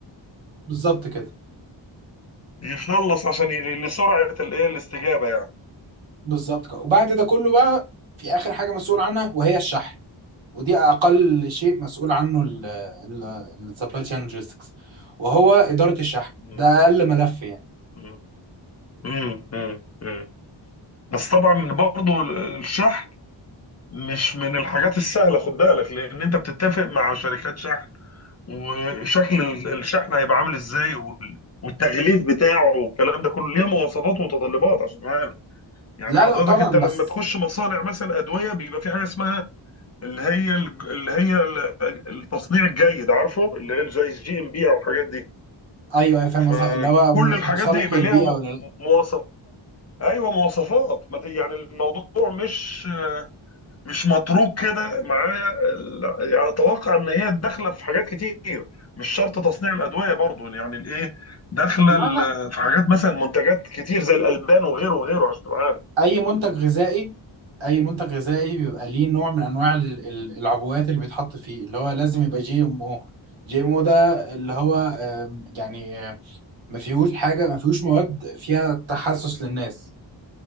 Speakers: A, on the right (about 75°); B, on the left (about 35°).
A: بالظبط كده
B: يخلص عشان ي... لسرعه الايه الاستجابه يعني
A: بالظبط كده وبعد ده كله بقى في اخر حاجه مسؤول عنها وهي الشحن ودي اقل شيء مسؤول عنه السبلاي تشين لوجيستكس وهو اداره الشحن
B: مم.
A: ده اقل ملف يعني
B: مم. مم. مم. مم. بس طبعا برضو الشحن مش من الحاجات السهله خد بالك لان انت بتتفق مع شركات شحن وشكل ال- الشحن هيبقى عامل ازاي وال- والتغليف بتاعه والكلام ده كله ليه مواصفات ومتطلبات عشان تبقى عارف يعني
A: لا
B: حضرتك
A: لا طبعا
B: انت لما
A: بس
B: تخش مصانع مثلا ادويه بيبقى في حاجه اسمها اللي هي الج- اللي هي ال- التصنيع الجيد عارفه اللي هي زي الجي ام بي او الحاجات دي
A: ايوه أيوة، فاهم
B: فكل
A: قصدي اللي هو م-
B: الحاجات
A: مصالح
B: دي يبقى
A: للبيئه
B: ليها م-
A: ولا لا
B: مواصف ايوه مواصفات ما ت- يعني الموضوع مش مش متروك كده معايا ال- يعني اتوقع ان هي داخله في حاجات كتير مش شرط تصنيع الادويه برضو يعني الايه داخله
A: لا
B: ال-
A: لا
B: في حاجات مثلا منتجات كتير زي الالبان وغيره وغيره عشان تبقى عارف
A: اي منتج غذائي اي منتج غذائي بيبقى ليه نوع من انواع ال- ال- العبوات اللي بيتحط فيه اللي هو لازم يبقى جي ام او جي ام او ده اللي هو آم، يعني ما فيهوش حاجة ما فيهوش مواد فيها تحسس للناس